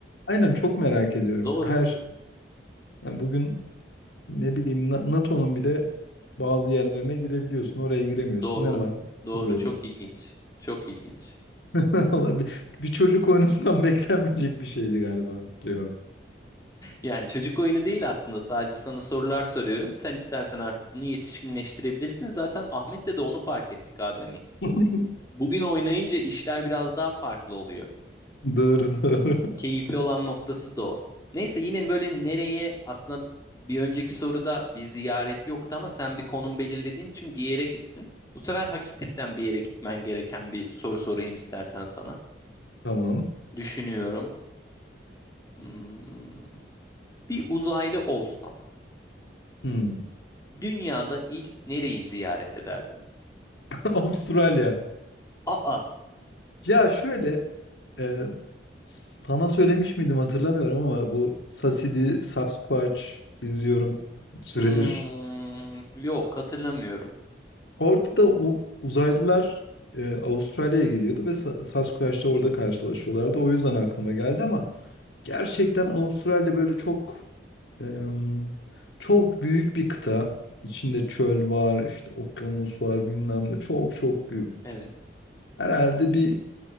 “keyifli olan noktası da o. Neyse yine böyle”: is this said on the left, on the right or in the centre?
Left